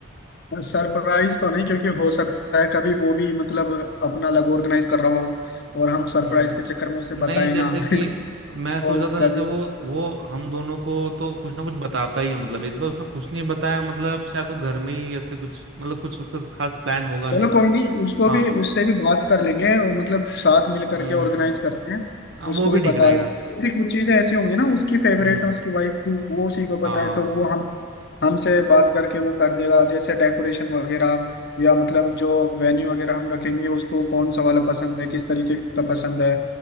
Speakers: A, on the left; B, on the right.
A: सरप्राइज तो नहीं क्योंकि हो सकता है कभी वो भी मतलब अपना अलग ऑर्गेनाइज कर रहा हो और हम
B: हम्म,
A: सरप्राइज के चक्कर में उसे
B: नहीं
A: बताए
B: जैसे
A: ना
B: कि
A: <laughs>
B: मैं सोच
A: वो
B: रहा था जैसे
A: कभी
B: वो वो हम दोनों को तो कुछ ना कुछ बताता ही है मतलब इस बार उसने कुछ नहीं बताया मतलब शायद वो घर में ही ऐसे कुछ मतलब कुछ उसका खास प्लान होगा
A: चलो
B: नहीं
A: कोई नहीं उसको
B: हाँ
A: भी उससे भी बात कर लेंगे और मतलब साथ मिल करके
B: हम्म
A: ऑर्गेनाइज करते हैं
B: हाँ,
A: उसको
B: वो भी
A: भी
B: ठीक
A: बता
B: रहेगा
A: देते हैं। फिर कुछ चीजें ऐसी होंगी ना उसकी फेवरेट
B: हम्म
A: है उसकी वाइफ की वो उसी को पता
B: हाँ
A: है तो वो हम हमसे बात करके वो कर देगा जैसे डेकोरेशन वगैरह या मतलब जो वेन्यू वगैरह हम रखेंगे उसको कौन सा वाला पसंद है किस तरीके का पसंद है